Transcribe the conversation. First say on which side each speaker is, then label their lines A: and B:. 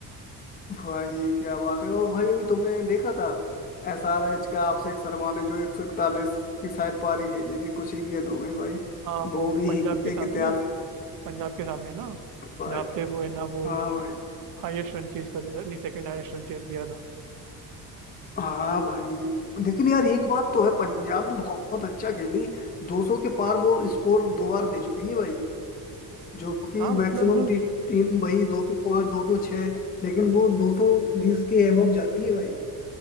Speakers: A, on the left; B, on the right.
A: भाई क्या बात है और भाई अभी तुमने देखा था एस आर एच का आपसे शर्मा ने जो एक सौ इकतालीस की शायद पारी खेली थी कुछ ही गेंदों में भाई
B: हाँ वो
A: वो भी
B: पंजाब के सामने
A: एक इतिहास
B: पंजाब के सामने ना
A: भाई
B: जहाँ पे वो है ना वो
A: हाँ भाई
B: हाईएस्ट रन चेज कर दिया था नहीं सेकंड हाईएस्ट रन चेज किया था
A: हाँ भाई लेकिन यार एक बात तो है पंजाब भी बहुत अच्छा खेली 200 के पार वो स्कोर दो बार दे चुकी है भाई जो कि
B: हाँ मतलब
A: मैक्सिमम टी, टीम भाई 205 206 लेकिन वो 220 के एबव जाती है भाई